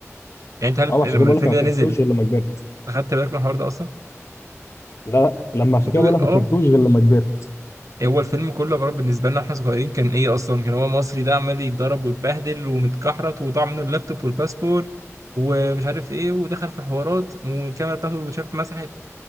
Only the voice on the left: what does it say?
أو عشان
كده بقول
لك أنا
ما فهمتوش
غير لما كبرت
لا لا، لما عشان
كده
بقول لك
ما فهمتوش غير لما كبرت